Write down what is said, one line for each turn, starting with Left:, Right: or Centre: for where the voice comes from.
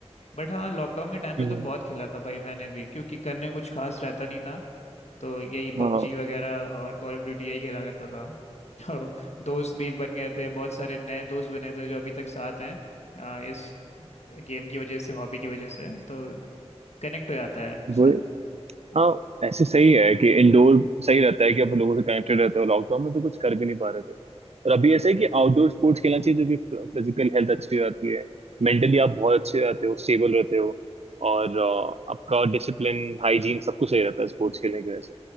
Left: बट हाँ लॉकडाउन के टाइम
Right: हम्म।
Left: पे तो बहुत खेला था भाई मैंने भी क्योंकि करने को कुछ खास रहता नहीं था तो यही
Right: हाँ
Left: पबजी वगैरह और कॉल ऑफ ड्यूटी यही खेला करता था <laughs> तो दोस्त भी बन गए थे बहुत सारे नए दोस्त बने थे जो अभी तक साथ हैं अ, इस गेम की वजह से हॉबी की वजह से तो कनेक्ट हो जाता है
Right: वो
Left: साथ
Right: हाँ ऐसे सही है कि इंडोर सही रहता है कि आप लोगों से कनेक्टेड रहते हो लॉकडाउन में तो कुछ कर भी नहीं पा रहे थे और अभी ऐसे है कि आउटडोर स्पोर्ट्स खेलना चाहिए जो कि फिजिकल हेल्थ अच्छी रहती है मेंटली आप बहुत अच्छे रहते हो स्टेबल रहते हो और अ, आपका डिसिप्लिन हाइजीन सब कुछ सही रहता है स्पोर्ट्स खेलने की वजह से